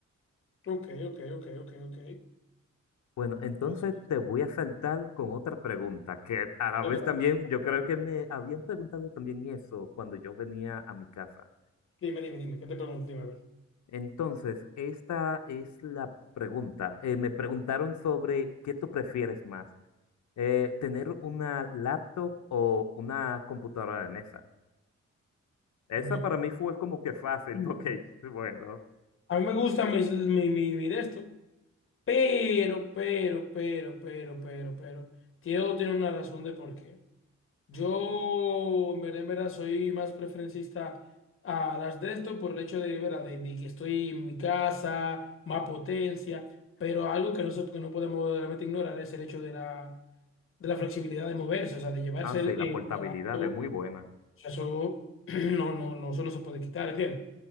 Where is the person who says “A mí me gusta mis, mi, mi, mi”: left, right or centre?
Left